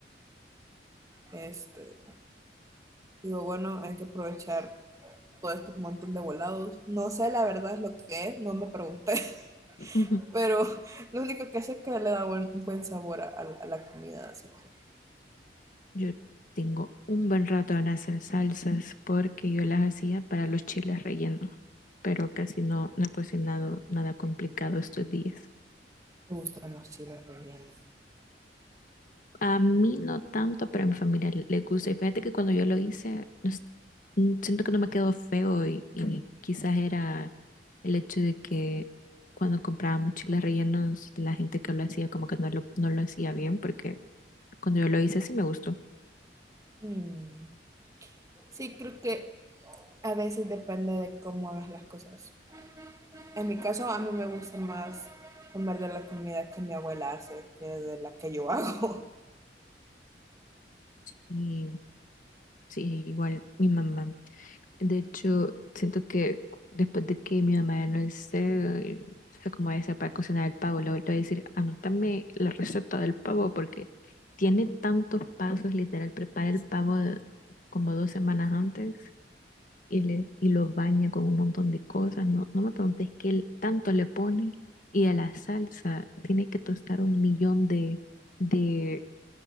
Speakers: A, on the right; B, on the left.
A: Este, digo, bueno, hay que aprovechar todo este montón de volados. No sé la verdad es lo que es, no me pregunté,
B: Ujú.
A: <laughs> pero lo único que sé es que le da buen, buen sabor a, a la a la comida, así que
B: Yo tengo un buen rato en hacer salsas porque yo las hacía para los chiles rellenos, pero casi no, no he cocinado nada complicado estos días.
A: me gustan los chiles rellenos.
B: A mí no tanto, pero a mi familia le le gusta. Y fíjate que cuando yo lo hice, no es- mm, siento que no me quedó feo y, y quizás era el hecho de que cuando comprábamos chiles rellenos, la gente que lo hacía como que no lo, no lo hacía bien, porque cuando yo lo hice sí me gustó.
A: Mm. Sí, creo que a veces depende de cómo hagas las cosas. En mi caso, a mí me gusta más comer de la comida que mi abuela hace que de la que yo hago. <laughs>
B: Y sí, igual mi mamá De hecho, siento que después de que mi mamá ya no esté, o sea, como esa para cocinar el pavo, le voy a decir, anótame la receta del pavo porque tiene tantos pasos, literal, prepara el pavo como dos semanas antes y, le, y lo baña con un montón de cosas. No, no me preguntes qué le- tanto le pone y a la salsa tiene que tostar un millón de, de,